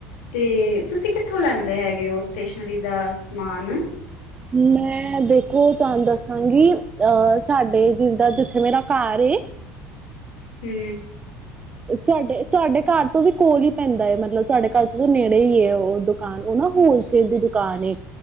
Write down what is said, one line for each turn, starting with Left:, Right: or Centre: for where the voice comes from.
Left: ਤੇ ਤੁਸੀਂ ਕਿੱਥੋਂ ਲੈਂਦੇ ਹੈਗੇ ਹੋ ਸਟੇਸ਼ਨਰੀ ਦਾ ਸਮਾਨ
Right: ਮੈਂ ਦੇਖੋ ਤਾਨੂੰ ਦੱਸਾਂਗੀ ਅਹ, ਸਾਡੇ ਜਿਦਾ ਜਿੱਥੇ ਮੇਰਾ ਘਰ ਏ
Left: ਹੂੰ
Right: ਤੁਆਡੇ, ਤੁਆਡੇ ਘਰ ਤੋਂ ਵੀ ਕੋਲ ਹੀ ਪੈਂਦਾ ਏ ਮਤਲਬ ਤੁਆਡੇ ਘਰ ਤੋ ਨੇੜੇ ਹੀ ਏ ਓਹ ਦੁਕਾਨ, ਓ ਨਾ ਹੋਲਸੇਲ ਦੀ ਦੁਕਾਨ ਏ।